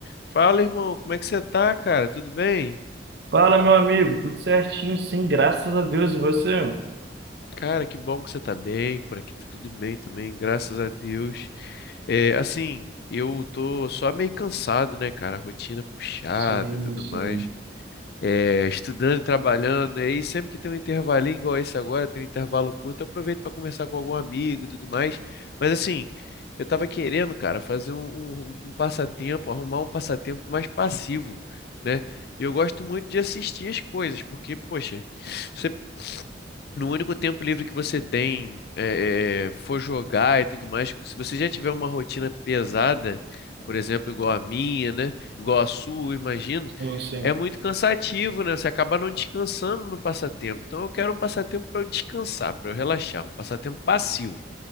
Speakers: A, on the left; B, on the right.
A: Fala, irmão, como é que você tá, cara? Tudo bem?
B: Fala, meu amigo, tudo certinho? Sim, graças a Deus. E você?
A: Cara, que bom que você tá bem. Por aqui tá tudo bem também, graças a Deus. É, assim, eu tô só meio cansado, né, cara? Rotina puxada
B: Sim,
A: e tudo
B: sim,
A: mais. é, estudando, trabalhando, e aí sempre que tem um intervalinho igual esse agora, tem um intervalo curto, eu aproveito para conversar com algum amigo e tudo mais. Mas assim, eu estava querendo, cara, fazer um, um- um passatempo, arrumar um passatempo mais passivo, né? E eu gosto muito de assistir as coisas, porque, poxa, você, no único tempo livre que você tem, é, é, for jogar e tudo mais, se você já tiver uma rotina pesada, por exemplo, igual a minha, né? Igual a sua, eu imagino
B: sim, sim.
A: é muito cansativo, né? Você acaba não descansando no passatempo. Então eu quero um passatempo para eu descansar, para eu relaxar, um passatempo passivo.